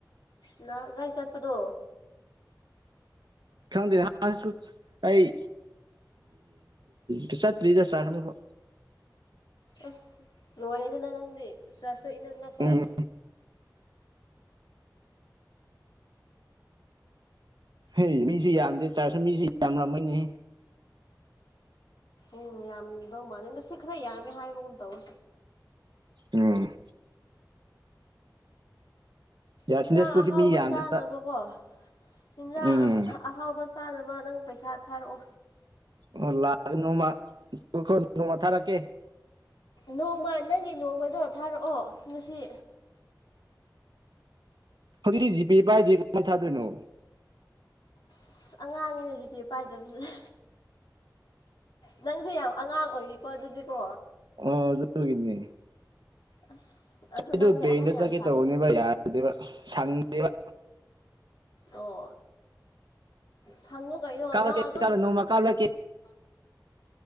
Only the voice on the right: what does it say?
ꯈꯪꯗꯦ <unintelligible> ꯑꯩ <unintelligible> ꯆꯠꯇ꯭ꯔꯤꯗ ꯆꯥꯡꯅꯕ
ꯎꯝ ꯍꯩ ꯃꯤꯁꯤ ꯌꯥꯝꯗꯦ ꯆꯔꯁꯇꯣ ꯃꯤꯁꯤ ꯌꯥꯝꯔꯝ ꯃꯣꯏꯅꯦ
ꯎꯝ ꯌꯥ
ꯁꯟꯗꯦ ꯁ꯭ꯀꯨꯜꯁꯤ
ꯃꯤ ꯌꯥꯝꯗꯦꯕ
ꯎꯝ
ꯑꯣ ꯂꯥꯛ <unintelligible> ꯅꯣꯡꯃ ꯅꯣꯡꯃ ꯊꯥꯔꯛꯀꯦ
ꯍꯧꯖꯤꯛꯇꯤ ꯖꯤꯄꯦ ꯄꯥꯏꯗꯦ ꯀꯃꯥꯏꯅ ꯊꯥꯗꯣꯏꯅꯣ
ꯑ ꯑꯗꯨꯒꯤꯅꯦ
ꯑꯩꯗꯣ
ꯕꯦꯡꯗ
ꯆꯀꯦ
ꯇꯧꯕꯅꯦꯕ ꯌꯥꯗꯦꯕ ꯁꯪꯗꯦꯕ
ꯀꯥꯞꯂꯛꯀꯦ
ꯀꯥꯞꯂ ꯅꯣꯡꯃ ꯀꯥꯞꯂꯛꯀꯦ